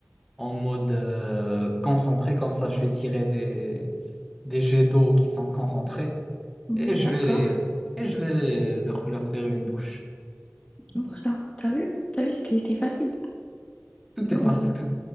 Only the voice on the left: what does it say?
Mm,
D'accord.
Voilà. T'as vu? T'as vu, c'était c'était facile.
Euh,
On
peut...